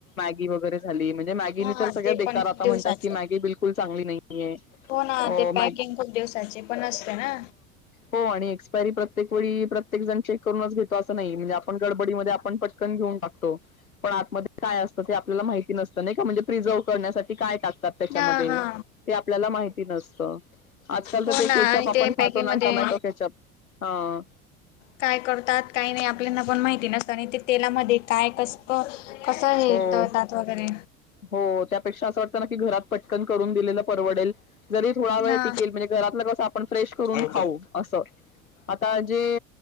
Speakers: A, on the left (about 75°); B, on the left (about 60°).
A: गी वगैरे झाली म्हणजे मॅगी
B: हा
A: तर सगळ्या
B: ते
A: बकार
B: पण खूप
A: आता
B: दिवसाचे
A: म्हणात की मगी बिलकुल चांगली नाहीये
B: हो ना
A: अ
B: ते
A: मॅग
B: पॅकिंग खूप दिवसाचे पण असते ना
A: हो आणि एक्सपायरी प्रत्येक वेळी प्रत्येक जण चेक करूनच घेतो असं नाही म्हणजे आपण गडबडीमध्ये आपण पटकन णत काय असत आपल्याला माहिती नसत का म्हणजे प्रिझर्व करण्यासाठी काय टाकत त्याच्यामध्ये
B: हा हा
A: ते आपल्याला माहिती नसत आजकाल
B: हो
A: तर ते
B: ना
A: केचाप
B: आणि
A: आपण
B: ते पॅकिंग
A: खातो
B: मध्ये
A: टमॅटो केचअप हा
B: काय करतात काय नाही आपल्याना पण माहिती सत आणि ते तेलामध्ये काय कस कसं हे
A: हो
B: तळतात वगैरे
A: हो त्यापेक्षा असं वाट की घरात पटकन करून दिलेलं परवडेल जरी थोडा वेळ
B: हा
A: टिकेल म्हणजे घरातलं कसं आपण फ्रेश करून
B: हा
A: खाऊ असं आता जे